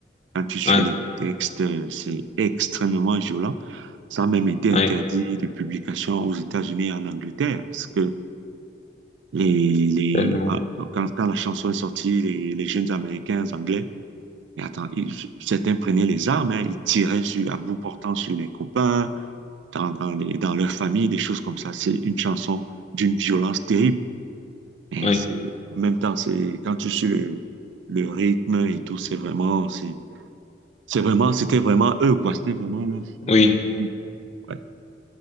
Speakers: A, on the right (about 90°); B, on the left (about 35°).
A: Quand tu suis
B: Ouais,
A: les textes, euh, c'est extrêmement violent. Ça a même été
B: ouais,
A: interdit de publication aux États-Unis et en Angleterre, parce que les, les,
B: tellement.
A: en- en- quand, quand la chanson est sortie, les, les jeunes Américains, les Anglais, mais attends, ils- certains prenaient les armes, hein, ils tiraient sur, à bout portant sur les copains, dans, dans, les, dans leur famille, des choses comme ça. C'est une chanson d'une violence terrible. Et
B: Oui,
A: c'est, en même temps, c'est, quand tu suis le, le rythme et tout, c'est vraiment, c'est C'est vraiment, c'était vraiment eux, quoi. C'était vraiment leur chose,
B: oui.
A: comme on dit. Ouais.